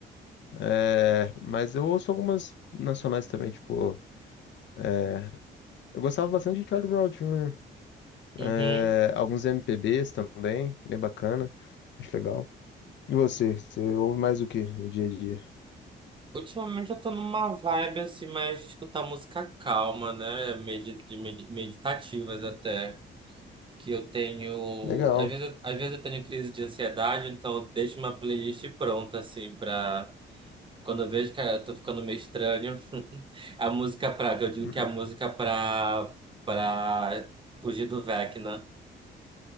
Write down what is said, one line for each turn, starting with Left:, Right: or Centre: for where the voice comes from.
Left: é, mas eu ouço algumas nacionais também, tipo, é, eu gostava bastante de Charlie Brown Jr.,
Right: Uhum.
Left: é, alguns MPBs também, bem bacana, acho legal. E você, você ouve mais o que no dia a dia?
Right: Ultimamente eu tô numa vibe assim, mais de escutar música calma, né? Medi de medi- meditativas até. que eu tenho.
Left: Legal.
Right: Às vezes, eu- às vezes eu tenho crise de ansiedade, então eu deixo uma playlist pronta, assim, pra. Quando eu vejo que eu tô ficando meio estranho, <laughs> a música pra. Eu digo
Left: <laughs>
Right: que é a música pra. pra fugir do Vecna.